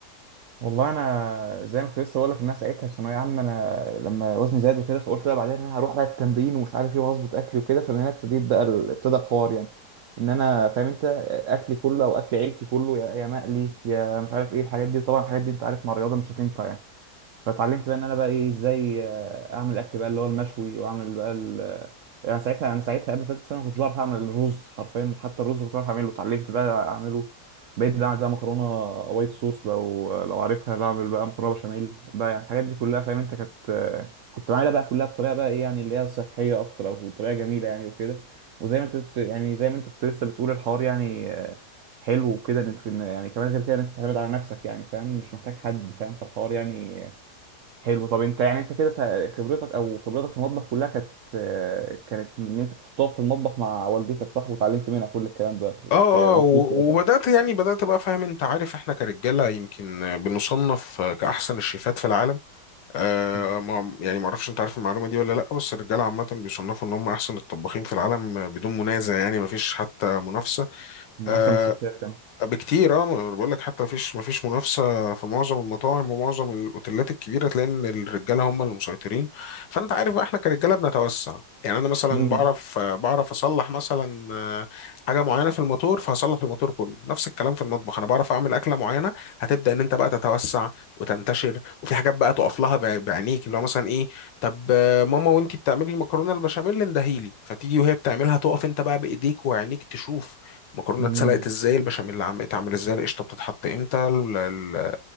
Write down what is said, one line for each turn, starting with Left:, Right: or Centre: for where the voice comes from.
Right: والله انا زي ما كنت لسه بقول لك الناس ساعتها في ثانويه عامه انا لما وزني زاد وكده فقلت بقى بعدين انا هروح بقى التمرين ومش عارف ايه وهظبط اكلي وكده فمن هنا ابتديت بقى ال- ابتدى الحوار يعني ان انا فاهم انت اكلي كله او اكل عيلتي كله يا يا مقلي يا مش عارف ايه الحاجات دي طبعا الحاجات دي انت عارف مع الرياضه مش هتنفع يعني فاتعلمت بقى ان انا بقى ايه ازاي آه، اعمل الاكل بقى اللي هو المشوي واعمل بقى ال... آه، يعني ساعتها انا ساعتها قبل ثالثه ثانوي ما كنتش بعرف اعمل الرز حرفيا حتى الرز كنت بعرف اعمله اتعلمت بقى اعمله بقيت بعمل بقى مكرونه وايت صوص لو لو عارفها بعمل بقى مكرونه بشاميل بقى يعني الحاجات دي كلها فاهم انت كانت آه، كنت بعملها بقى كلها بطريقه بقى ايه يعني اللي هي صحيه اكتر او طريقه جميله يعني وكده وزي ما انت كنت يعني زي ما انت كنت لسه بتقول الحوار يعني آه، حلو وكده ان انت- إن يعني كمان غير كده ان انت تعتمد على نفسك يعني فاهم مش محتاج حد فاهم فالحوار يعني حلو طب انت يعني انت كده تع- خبرتك او خبرتك في المطبخ كلها كانت آه، كانت ان انت كنت بتقف في المطبخ مع والدتك صح وتعلمت منها كل الكلام ده
Left: اه
Right: ك- مظبوط
Left: اه و-
Right: كده صح؟
Left: وبدات يعني بدات بقى فاهم انت عارف احنا كرجاله يمكن بنصنف كاحسن الشيفات في العالم آه
Right: مم.
Left: ما يعني ما اعرفش انت عارف المعلومه دي ولا لا بس الرجاله عامه بيصنفوا ان هم احسن الطباخين في العالم بدون منازع يعني ما فيش حتى منافسه
Right: من
Left: آه،
Right: احسن من الستات كمان
Left: بكتير اه ما انا بقول لك حتى مفيش مفيش منافسه في معظم المطاعم ومعظم الاوتيلات الكبيره تلاقي ان الرجاله هم اللي مسيطرين فانت عارف بقى احنا كرجاله بنتوسع يعني انا مثلا
Right: امم
Left: بعرف بعرف اصلح مثلا آه، حاجه معينه في الموتور فهصلح الموتور كله نفس الكلام في المطبخ انا بعرف اعمل اكله معينه هتبدا ان انت بقى تتوسع وتنتشر وفي حاجات بقى تقف لها بع- بعينيك اللي هو مثلا ايه طب آه، ماما وانتي بتعملي المكرونه البشاميل اندهيلي فتيجي وهي بتعملها تقف انت بقى بايديك وعينيك تشوف المكرونه
Right: امم
Left: اتسلقت ازاي البشاميل عم اتعمل ازاي القشطه بتتحط امتى ال- ال-